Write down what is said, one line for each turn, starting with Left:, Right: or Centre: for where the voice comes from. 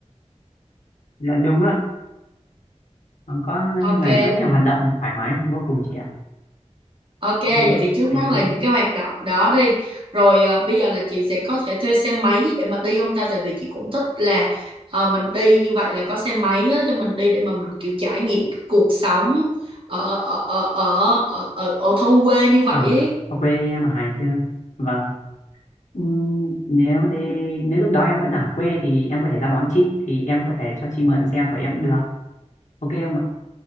Left: là đúng ạ Còn có nói
Right: Ok
Left: chung là có rất nhiều hoạt động thoải mái vô cùng chị ạ
Right: Ok, vậy
Left: ờ,
Right: thì trước
Left: vậy
Right: mắt là
Left: thì
Right: những cái hoạt động đó đi. Rồi à, bây giờ là chị sẽ có thể thuê xe máy để mà đi không ta? Tại vì chị cũng thích là ờ, mình đi như vậy là có xe máy á, cho mình đi để mà mình kiểu trải nghiệm cái cuộc sống ở ở ở ở ở, ở, ở thôn quê như vậy
Left: ờ,
Right: ấy.
Left: ở quê em ở Hải Dương vâng Ừm, nếu để, nếu lúc đó em vẫn ở quê thì em có thể ra đón chị thì em có thể cho chị mượn xe của em cũng được ok không ạ